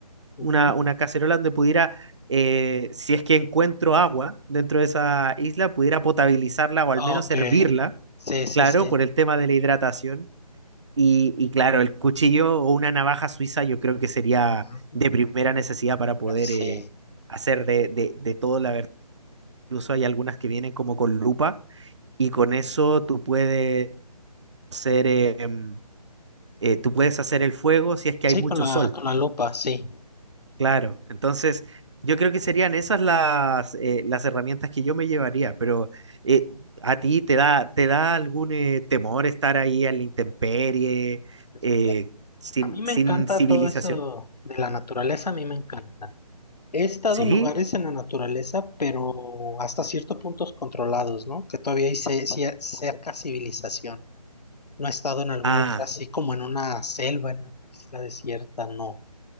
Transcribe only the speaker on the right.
una, una cacerola donde pudiera, eh, si es que encuentro agua dentro de esa isla, pudiera potabilizarla o al menos
hervirla,
claro,
por el tema de la hidratación. Y, y claro, el cuchillo o una navaja suiza yo creo que sería
de primera necesidad para poder
eh, hacer de, de, de todo la verdad. Incluso hay algunas que vienen como con lupa y con eso tú puedes hacer, eh, em, eh, tú puedes hacer el fuego si es que
hay mucho
sol.
Claro, entonces yo creo que serían esas las, eh, las herramientas que yo me llevaría, pero eh, ¿a ti te da, te da algún eh, temor estar ahí en la intemperie,
eh, sin,
sin
civilización?
Sí.
Ah,